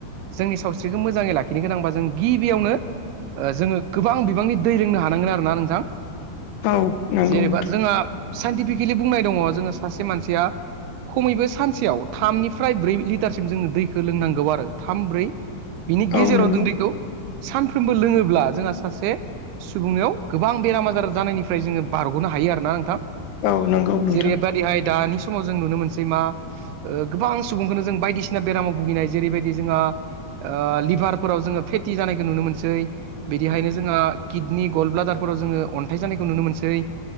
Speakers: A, on the right; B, on the left.
A: जोंनि सावस्रिखौ मोजाङै लाखिनो गोनांबा जों गिबियावनो ओ जोङो गोबां बिबांनि दै लोंनो हानांगोन आरोना नोंथां।
B: औ नंगौ
A: जेनेबा
B: नोंथां
A: जोंहा साइन्टिफिकेलि बुंनाय दङ' जोङो सासे मानसिया खमैबो सानसेयाव थामनिफ्राय ब्रै लिटारसिम जोङो दैखो लोंनांगौ आरो थाम ब्रै। बिनि गेजेराव
B: औ नंगौ
A: जों दैखौ सानफ्रोमबो लोङोब्ला जोंहा सासे सुबुंनियाव गोबां बेराम आजार जानायनिफ्राय जोङो बारग'नो हायो आरोना नोंथां।
B: औ नंगौ। नोंथां
A: जेरैबादिहाय दानि समाव जों नुनो मोनसै मा ओ गोबां सुबुंखौनो जों बायदिसिना बेरामाव भुगिनाय जेरैबायदि जोङो ओ लिभारफोराव जोङो फेथि जानायखौ नुनो मोनसै। बिदिहायनो
B: औ
A: जोंहा किडनि गल्ड ब्लादारफोराव जोङो अन्थाइ जानायखौ नुनो मोनसै।